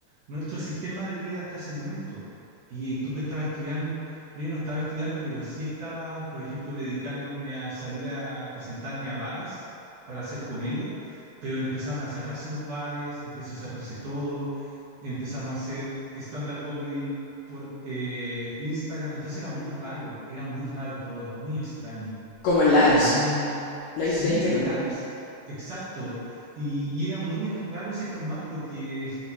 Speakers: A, on the right (about 60°); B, on the left (about 75°).
A: nuestro sistema de vida hasta ese momento. Y tú que estabas estudiando, yo no estaba estudiando, pero sí estaba, por ejemplo, dedicándome a salir a presentarme a bares para hacer comedia, pero empezaron a cerrarse los bares, empezó a cerrarse todo, empezamos a hacer stand-up comedy por eh, Instagram. Entonces era muy raro, era muy raro todo, muy extraño.
B: ¿Como en lives?
A: Fue muy...
B: ¿Lives
A: Sí,
B: de Instagram?
A: lives, exacto. Y, y era muy raro ese formato porque